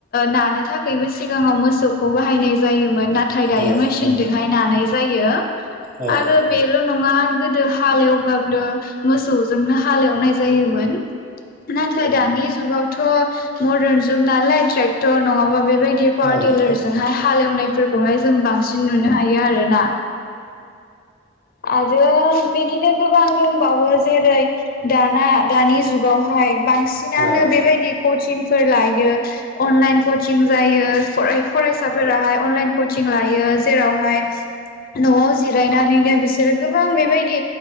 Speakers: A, on the left; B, on the right.
A: नानो थाखायबो सिगाङाव मोसौखौ बाहायनाय जायोमोन नाथाय दायो
B: औ
A: मेसिनजोंहाय नानाय जायो
B: औ
A: आरो बेेल' नङा गोदो हालेव- बो मोसौजोंनो हालेवनाय जायोमोन नाथाय दानि जुगाव थ मदार्न जुग नालाय ट्रेक्टर नङाबा बेबायदि पावार
B: औ
A: टेलारजोंहाय हालेवनायफोरखौ हाय जों बांसिन नुनो हायो आरोना आरो बिदिनो गोबां दंबावो जेरै दाना दानि जुगावहाय बांसिनानो
B: औ
A: बेबायदि कचिं फोर लायो अनलाइन कचिं जायो फराय-फरायसाफोराहाय अनलाइन कचिं लायो जेरावहाय नआव जिरायनानैनो बिसोरो गोबां बेबायदि